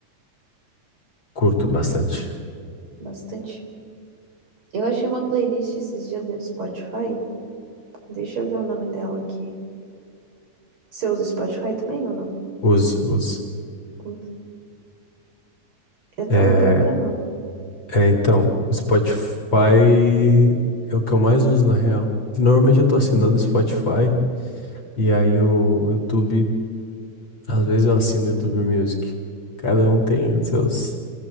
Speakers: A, on the left; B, on the right.
A: Curto bastante.
B: Bastante. Eu achei uma playlist esses dias no Spotify. Deixa eu ver o nome dela aqui. Você usa Spotify também ou não?
A: Uso, uso.
B: Uso. Eu
A: É,
B: tava procurando. algum.
A: É, então, o Spotify é o que eu mais uso na real. Que Normalmente eu tô
B: Ah,
A: assinando o Spotify e aí o YouTube, às vezes eu assino o YouTube Music. Cada um tem os seus,